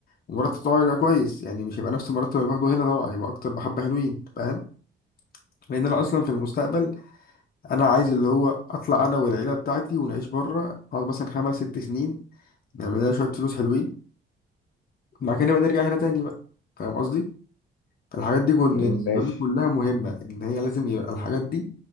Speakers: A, on the left; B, on the left.
A: ومرتب طبعا يبقى كويس يعني مش هيبقى نفس المرتب اللي باخده هنا طبعا يبقى اكتر بحبه حلوين فاهم لان انا اصلا في المستقبل انا عايز اللي هو اطلع انا والعيله بتاعتي ونعيش بره اقعد مثلا خمس ست سنين نعمل لنا شويه فلوس حلوين بعد كده نبقى نرجع هنا تاني بقى فاهم قصدي الحاجات دي كن-
B: <laughs> أمم،
A: بالنسبه
B: ماشي
A: لي كلها مهمه ان هي لازم يبقى الحاجات دي